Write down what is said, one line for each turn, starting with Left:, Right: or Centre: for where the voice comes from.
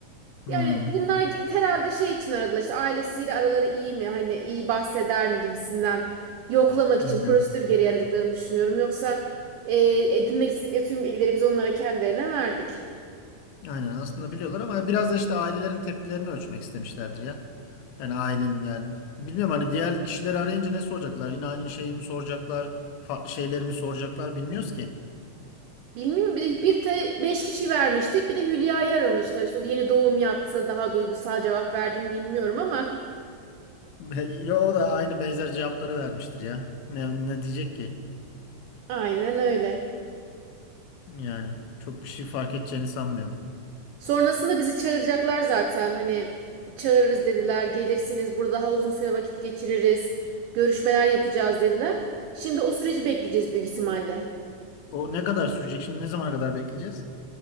Left: Hmm,
Right: Yani bunlar herhalde şey için aradılar işte ailesiyle araları iyi mi hani iyi bahseder mi gibisinden yoklamak için
Left: aynen.
Right: prosedür geri aradıklarını düşünüyorum. Yoksa e, edinmek istedikleri tüm bilgileri biz onlara kendilerine verdik.
Left: Aynen aslında biliyorlar ama biraz da işte ailelerin tepkilerini ölçmek istemişlerdir ya. Yani ailenin yani. Bilmiyorum hani diğer kişileri arayınca ne soracaklar? Yine aynı şeyi mi soracaklar? Farklı şeyleri mi soracaklar bilmiyoruz ki.
Right: Bilmiyorum bir de bir te, beş kişi vermiştik bir de Hülya'yı aramışlar. İşte o da yeni doğum yaptı daha duygusal cevap verdim bilmiyorum ama.
Left: Be- Ya o da aynı benzer cevapları vermiştir ya. Ne, ne diyecek ki?
Right: <laughs> Aynen öyle.
Left: Yani çok bir şey fark edeceğini sanmıyorum.
Right: Sonrasında bizi çağıracaklar zaten hani çağırırız dediler gelirsiniz burada daha uzun süre vakit geçiririz görüşmeler yapacağız dediler. Şimdi o süreci bekleyeceğiz büyük ihtimalle.
Left: O ne kadar sürecek şimdi? Ne zamana kadar bekleyeceğiz?